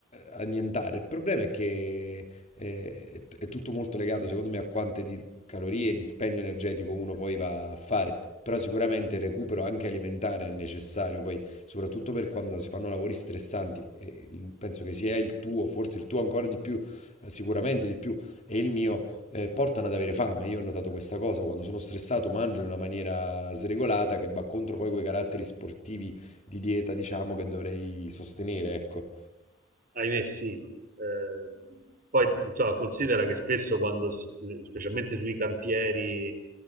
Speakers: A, on the left (about 35°); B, on the right (about 45°).
A: annientare. Il problema è che eh, è, è tutto molto legato, secondo me, a quante di calorie e dispendio energetico uno poi va a fare. Però sicuramente il recupero anche alimentare è necessario, poi soprattutto per quando si fanno lavori stressanti, e il- penso che sia il tuo, forse il tuo ancora di più, eh, sicuramente di più, e il mio eh, portano ad avere fame. Io ho notato questa cosa, quando sono stressato mangio in una maniera sregolata che va contro poi quei caratteri sportivi di dieta, diciamo, che dovrei sostenere, ecco.
B: Ahimè, sì. Eh, poi insomma, considera che spesso quando, s- specialmente sui cantieri